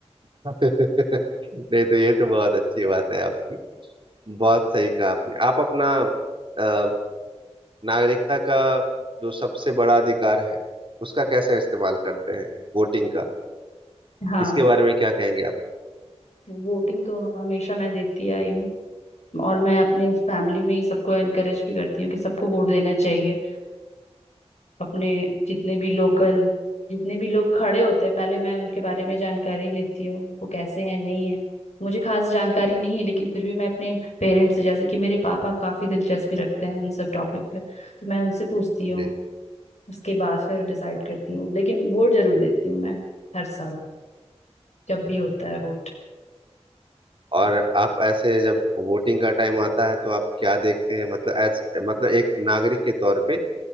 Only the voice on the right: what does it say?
<laughs> नहीं तो ये तो बहुत अच्छी बात है आपकी बहुत सही कहा आपने आप अपना अ, नागरिकता का जो सबसे बड़ा अधिकार है उसका कैसे इस्तेमाल करते हैं वोटिंग का
इसके बारे में क्या कहेंगे आप
जी
और आप ऐसे जब वोटिंग का टाइम आता है तो आप क्या देखते हैं मतलब एज मतलब एक नागरिक के तौर पे